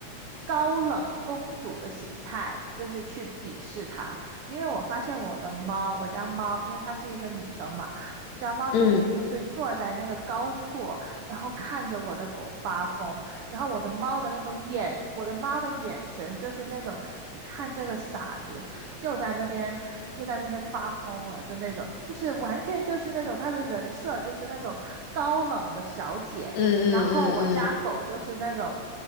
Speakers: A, on the right (about 80°); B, on the left (about 70°).
A: 高冷公主的形态，就是去鄙视它。因为我发现我的猫，我家猫，因为它是一个女生嘛，我家猫永远都是坐在那个高处，
B: 嗯。
A: 然后看着我的狗发疯。然后我的猫的那种眼，我的猫的眼神就是那种，你看这个傻子，又在那边又在那边发疯了的那种，就是完全就是那种他的人设就是那种高冷的小姐，
B: 嗯嗯嗯嗯，
A: 然后我家狗就是那种，